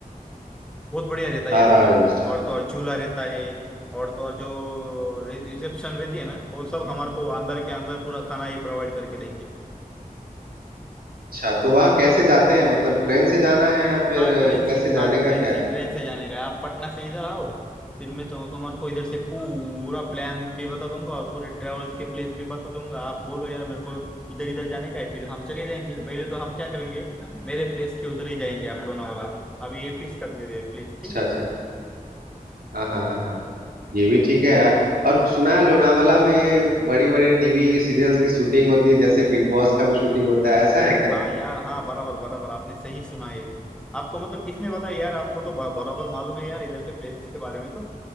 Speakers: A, in the centre; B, on the right (about 80°).
A: बहुत बढ़िया रहता है
B: सारा
A: यार रिसोर्ट
B: अरेंज्ड
A: में और
B: है
A: तो और झूला रहता है और तो और जो रिसेप्शन रहती है ना वो सब हमारे को अंदर के अंदर पूरा खाना ये प्रोवाइड करके देंगे
B: अच्छा तो वहाँ कैसे जाते हैं मतलब ट्रेन से जाना है या फिर
A: हाँ
B: अ,
A: ट्रेन से
B: कैसे जाने
A: हाँ
B: का
A: ट्रेन
B: क्या
A: से
B: है
A: ट्रेन से जाने का है। आप पटना से इधर आओ फिर मैं तो तुम्हारे को इधर से पूरा प्लान भी बता दूंगा और पूरे ट्रेवल्स के प्लेस भी बता दूंगा आप बोलो यार मेरे को इधर इधर जाने का है फिर हम चले जाएंगे पहले तो हम क्या करेंगे मेरे प्लेस के उधर ही जाएंगे आप लोनावाला अभी ये फिक्स कर दे रहे प्लेस ठीक
B: अच्छा
A: है
B: अच्छा हाँ हाँ हाँ हाँ ये भी ठीक है यार और सुना है लोनावाला में बड़ी बड़ी टीवी सीरियल्स की शूटिंग होती है जैसे बिग बॉस का भी शूटिंग होता है ऐसा है क्या
A: हाँ यार हाँ बराबर बराबर आपने सही सुना है आपको मतलब किसने बताया यार आपको तो ब- बराबर मालूम है यार इधर के प्लेसेस के बारे में तो